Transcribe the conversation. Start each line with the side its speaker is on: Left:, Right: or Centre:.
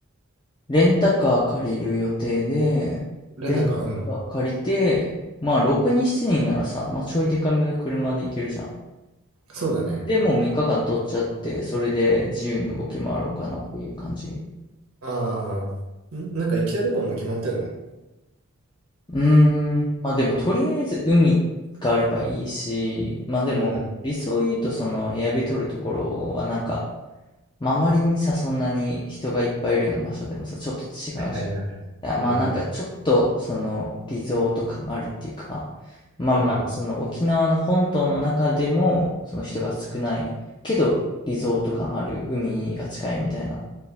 Left: レンタカー借りる予定で、
Right: 連絡は、
Left: レンタカー借りて、
Right: うん。
Left: まあ6人7人ならさ、まあちょいでかめの車で行けるじゃん。
Right: そうだね。
Left: で、もう3日間取っちゃって、それで自由に動き回ろうかなっていう感じ。
Right: ああ、んなんか行きたいとこはもう決まってんの
Left: うーん、まあでもとりあえず海があればいいし、まあでも理想を言うとそのエアビ取るところはなんか
Right: うん。
Left: まあ、周りにさ、そんなに人がいっぱいいるような場所でもさ、ちょっと違うじ
Right: はいはいはいはい。
Left: ゃん。あ、まあ、
Right: うんうん。
Left: なんかちょっと、その、リゾート感あるっていうか、まあまあ、
Right: うんうん。
Left: その沖縄の本島の中でも、その人が少ないけど、リゾート感ある海が近いみたいな